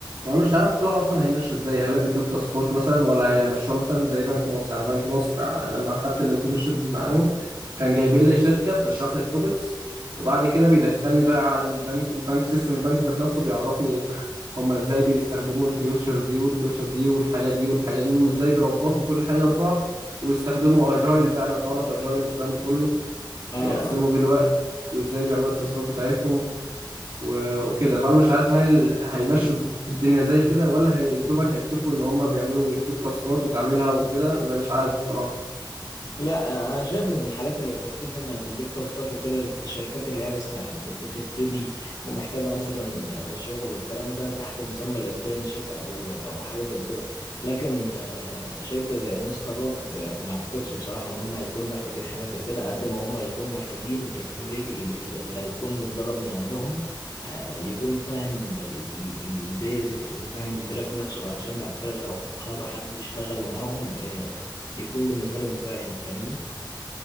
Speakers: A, on the right; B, on the left.
A: انا مش عارف الصراحه اصلا هي ماشيه ازاي هل بيدوك تاسكات مثلا ولا هيمشوها مثلا زي بنك مصر يعني بنك مصر ع- لما اخدت الانترنشيب معاهم كان جايبين لي شركه بتشرح لي التوبكس وبعد كده بيدخلني بقى على البنك البنك سيستم البنك ذات نفسه بيعرفني هما ازاي بيستخدموا الفيوتشر دي والفيوتشر دي والحاجه دي والحاجه دي وازاي بيربطوا كل حاجه ببعض ويستخدموا اجايل بقى لو تعرف اجايل والكلام ده كله
B: اه
A: هيقسموا بالوقت وازاي بيعملوا التاسكات بتاعتهم و- وكده فانا مش عارف هل هيمشوا الدنيا زي كده ولا هيدوبك هيكتفوا ان هم بيعملوا يدوك تاسكات وتعملها وكده ما- مش عارف الصراحه
B: لا انا شايف ان الحاجات اللي بتكتفي انها تديك تاسكات وكده الشركات اللي هي لسه ب- بتبتدي ومحتاجه مثلا آه، شغل والكلام ده تحت مسمى الانترنشيب او او حاجه زي كده لكن آه، شركه زي انستا باج آه، ما اعتقدش بصراحه ان هم هيكونوا محتاجين حاجه زي كده قد ما هم هيكونوا محتاجين الخريج ال- ال- اللي هيكون متدرب من عندهم آه، يكون فاهم البيزكس وفاهم التراك نفسه علشان بعد كده لو خدوا حد يشتغل معاهم آه، يكون بالنسبة لهم فاهم فاهمني